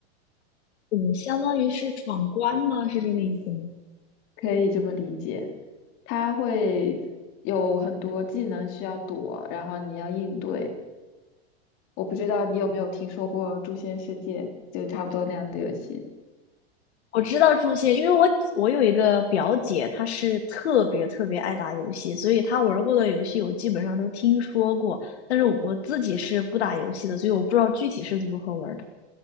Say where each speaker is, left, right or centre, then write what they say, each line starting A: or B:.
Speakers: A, on the left; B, on the left.
A: 嗯，相当于是闯关吗？是这个意思吗？
B: 可以这么理解。它会有很多技能需要躲，然后你要应对。我不知道你有没有听说过《诛仙世界》，就差不多那样的游戏。
A: 我知道诛仙，因为我我有一个表姐，她是特别特别爱打游戏，所以她玩过的游戏我基本上都听说过，但是我自己是不打游戏的，所以我不知道具体是如何玩的。